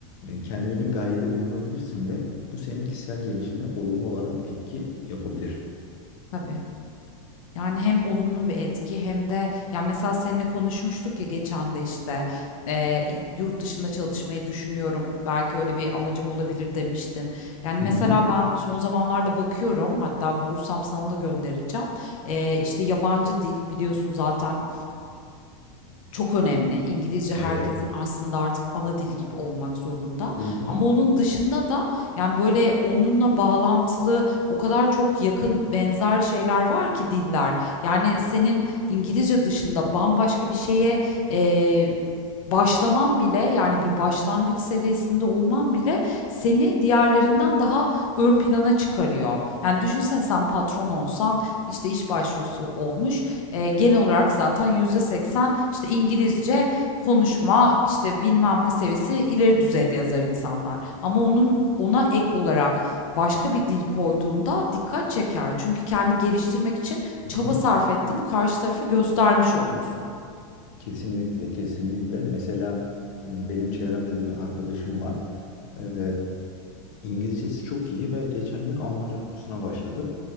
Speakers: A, on the left; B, on the left.
A: e, kendine bir gayede bulunabilirsin ve bu senin kişisel gelişimine olumlu olarak etki yapabilir.
B: Tabii. Yani hem olumlu bir etki hem de ya mesela seninle konuşmuştuk ya geçen de işte eee, yurt dışında çalışmayı düşünüyorum. Belki öyle bir amacım olabilir demiştin. Yani mesela
A: Hı hı.
B: ben son zamanlarda bakıyorum hatta bulursam sana da göndereceğim. Eee işte yabancı dil biliyorsun zaten çok önemli. İngilizce herkesin
A: Evet.
B: aslında artık ana dili gibi olmak zorunda.
A: Hı hı.
B: Ama onun dışında da yani böyle onunla bağlantılı o kadar çok yakın benzer şeyler var ki diller. Yani senin İngilizce dışında bambaşka bir şeye eee başlaman bile yani bir başlangıç seviyesinde olman bile seni diğerlerinden daha ön plana çıkarıyor. Yani düşünsene sen patron olsan işte iş başvurusu olmuş. Eee, genel olarak zaten %80 işte İngilizce konuşma, işte bilmem ne seviyesi ileri düzeyde yazar insanlar. Ama onun ona ek olarak başka bir dil koyduğunda dikkat çeker. Çünkü kendi geliştirmek için çaba
A: Hı hı.
B: sarf ettiğini karşı tarafa göstermiş oluyorsun.
A: Kesinlikle, kesinlikle. Mesela m, benim çevremde de bir arkadaşım var. Ee, İngilizcesi çok iyi ve geçen gün Almanca kursuna başladı.